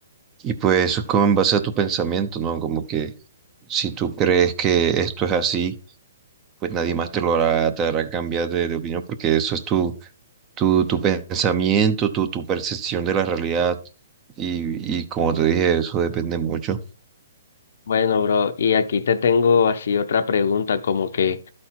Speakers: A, on the right (about 20°); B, on the left (about 65°).
A: Y pues eso es como en base a tu pensamiento, ¿no? Como que si tú crees que esto es así, pues nadie más te lo hará, te hará cambiar de, de opinión porque eso es tu, tu, tu pensamiento, tu, tu percepción de la realidad. Y, y como te dije, eso depende mucho.
B: Bueno, bro, y aquí te tengo así otra pregunta, como que,